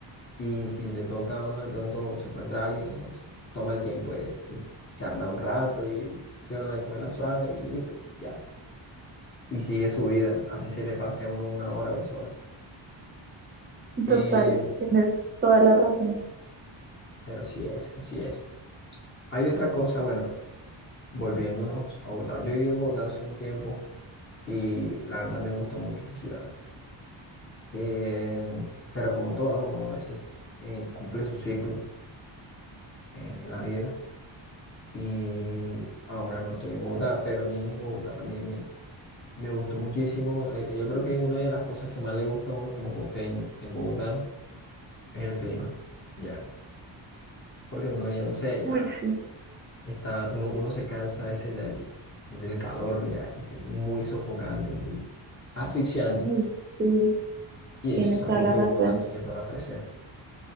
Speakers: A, on the left; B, on the right.
A: y si le toca a uno de pronto se encuentra alguien, no se toma el tiempo de, de charlar un rato y si uno de cogerla suave y listo, ya. Y sigue su vida, así se le pase a uno una hora, dos horas. Eh,
B: total, tienes toda
A: pero,
B: la razón.
A: pero sí es, así es. Hay otra cosa, bueno, volviéndonos a Bogotá. Yo viví en Bogotá hace un tiempo y la verdad me gusta mucho esta ciudad. Eh, pero como todo, ¿no? Uno a veces eh, cumple su ciclo eh, en la vida y ahora no estoy en Bogotá, pero a mí Bogotá también me, me gustó muchísimo. Eh, yo creo que una de las cosas que más le gusta a uno como costeño en Bogotá es el clima, ya, porque uno ya no sé, ya
B: Uy, sí,
A: está, uno, uno se cansa ese del, del calor, ya que es muy sofocante, muy asfixiante,
B: uy, sí,
A: y
B: tienes
A: eso es
B: toda
A: algo
B: la
A: que
B: razón.
A: Bogotá tiene para ofrecer.